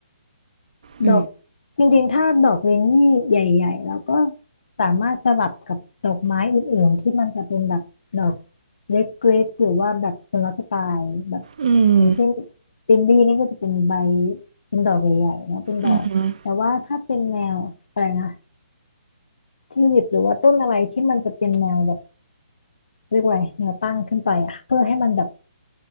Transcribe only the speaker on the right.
อืม
อืม
อืม